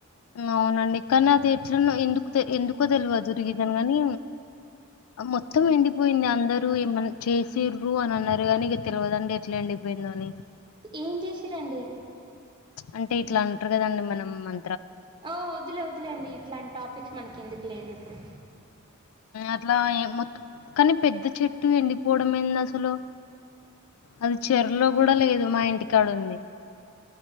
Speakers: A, on the left; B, on the right.
A: అవునండి కానీ అది ఎట్లనొ ఎందుకు తెలి ఎందు ఎందుకొతెల్వవదు రిజను గాని మొత్తం ఎండిపోయింది అందరూ ఏమన్‌ చెసిర్రు అని అన్నారు గానీ ఇక తెలువదండి ఎట్ల ఎండిపోయిందో అని
B: ఏం చేసిరండి
A: అంటే ఇట్లా అంటరు కదండి మనం మం
B: ఆ వద్దులే వద్దులే అండి ఇట్లాంటి టాపిక్స్ మనకి ఎందుకు లేండి ఇప్పుడు
A: అట్లా మొత్తం కని పెద్ద చెట్టు ఎండిపోవడం ఏంది అసలు అది చెర్లోకూడా లేదు మా ఇంటికాడుంది